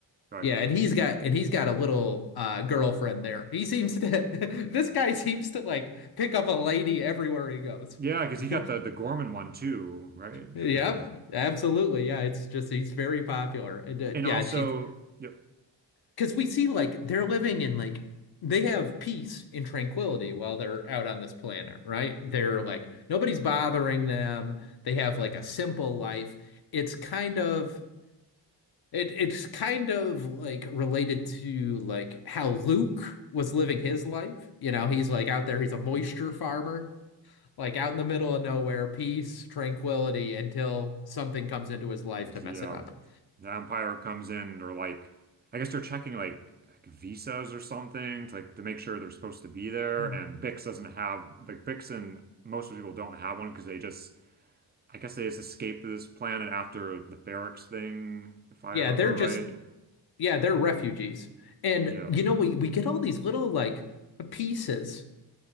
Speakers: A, on the right; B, on the left.
A: Right.
B: Yeah, and he's got and he's got a little uh girlfriend there. He seems to <laughs> this guy seems to like pick up a lady everywhere he goes.
A: Yeah, because
B: <laughs>
A: he got the the Gorman one too, right?
B: Yep,
A: <laughs>
B: absolutely. Yeah, it's just he's very popular. And uh,
A: And
B: yeah,
A: also,
B: she's
A: y-
B: because we see like they're living in like they have peace and tranquility while they're out on this planet, right? They're like nobody's bothering them. They have like a simple life. It's kind of It it's kind of like related to like how Luke was living his life. You know, he's like out there, he's a moisture farmer, like out in the middle of nowhere, peace, tranquility until something comes into his life to
A: yeah,
B: mess it up.
A: the umpire comes in or like I guess they're checking like, like visas or something to like to make sure they're supposed to be there
B: Mhm.
A: and Bix doesn't have like Bix and most of the people don't have one because they just I guess they just escaped this planet after the Ferrix thing, if I
B: Yeah,
A: remember
B: they're just
A: right.
B: yeah, they're refugees. And
A: Yeah.
B: you know, we we get all these little like pieces